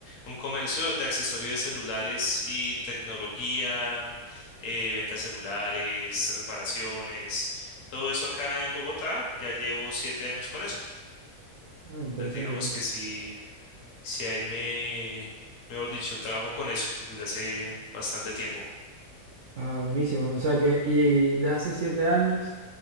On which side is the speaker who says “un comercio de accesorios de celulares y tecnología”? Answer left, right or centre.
Left